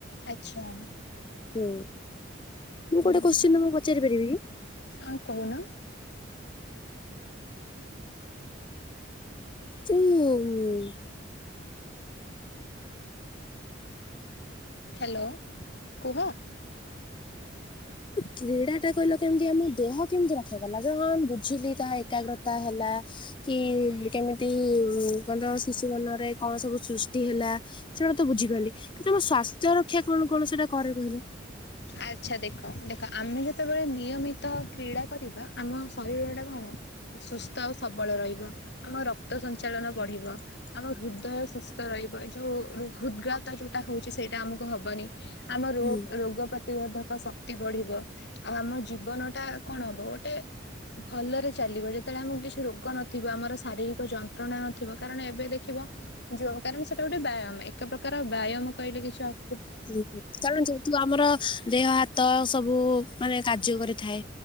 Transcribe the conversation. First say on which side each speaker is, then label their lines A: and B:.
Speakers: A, on the left; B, on the left.
A: ଆଚ୍ଛା ହୁଁ
B: ହଁ ମୁଁ ଗୋଟେ
A: ହୁଁ
B: କୋଶ୍ଚିନ୍ ତମକୁ ପଚାରି ପାରିବି କି?
A: ହଁ କହୁନ।
B: ଯୋଉ ମ-ମ
A: ହାଲୋ କୁହ। <unintelligible>
B: କ୍ରୀଡ଼ା ଟା କହିଲ କେମତି ଆମ ଦେହ କେମିତି ରକ୍ଷା କଲା ଯେ ହଁ ମୁଁ ବୁଝିଲି ତାହା ଏକାଗ୍ରତା ହେଲା କି କେମିତି ମ-ମ କନ୍ତ ଶିଶୁ ମନରେ କଣ ସବୁ ସୃଷ୍ଟି ହେଲା ସେଇଟା ତ ବୁଝିପାରିଲି କିନ୍ତୁ ଆମ ସ୍ଵାସ୍ଥ୍ୟ ରକ୍ଷା କଣ କଣ ସେଇଟା କରେ କହିଲ।
A: ଆଚ୍ଛା ଦେଖ ଦେଖ ଆମେ ଯେତେବେଳେ ନିୟମିତ କ୍ରୀଡ଼ା କରିବା ଆମ ଶରୀର ଟା କଣ ସୁସ୍ଥ ଆଉ ସବଳ ରହିବ। ଆମ ରକ୍ତ ସଞ୍ଚାଳନ ବଢିବ। ଆମ ହୃଦୟ ସୁସ୍ଥ ରହିବ ଯୋଉ ହୃ ହୃଦଘାତ ଯୋଉଟା ହଉଛି ସେଇଟା ଆମକୁ ହବନି। ଆମ ରୋ
B: ହୁଁ।
A: ରୋଗ ପ୍ରତି ପ୍ରତିବୋଧକ ଶକ୍ତି ବଢିବ ଆଉ ଆମ ଜୀବନ ଟା କଣ ହବ ଗୋଟେ ଭଲରେ ଚାଲିବ ଯେତେବେଳେ ଆମକୁ କିଛି ରୋଗ ନଥିବ ଆମର ଶାରୀରିକ ଯନ୍ତ୍ରଣା ନଥିବ କାରଣ ଏବେ ଦେଖିବ ଯୋଉ କାରଣ ସେଟା ଗୋଟେ ବ୍ୟାୟାମ ଏକ ପ୍ରକାର ବ୍ୟାୟାମ କହିଲେ କିଛି ଅ
B: <inaudible> କାରଣ ଯେହେତୁ ଆମର ଦେହ ହାତ ସବୁ ମାନେ କାର୍ଯ୍ୟ କରିଥାଏ